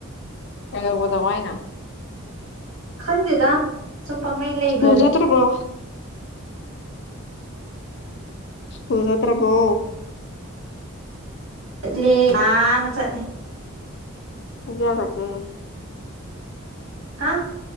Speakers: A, on the left; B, on the right.
A: ꯀꯩꯗꯧꯕꯗ ꯋꯥꯏꯅꯣ
B: ꯈꯪꯗꯦꯗ ꯁꯨꯝ ꯄꯥꯡꯂꯩ ꯂꯩꯕ
A: ꯁ꯭ꯀꯨꯜ ꯆꯠꯇ꯭ꯔꯕꯣ ꯁꯀ꯭ꯨꯜ ꯆꯠꯇꯔꯥꯕꯣ
B: ꯆꯠꯂꯤ ꯑꯅ ꯆꯠꯂꯤ
A: <unintelligible>
B: ꯍꯥ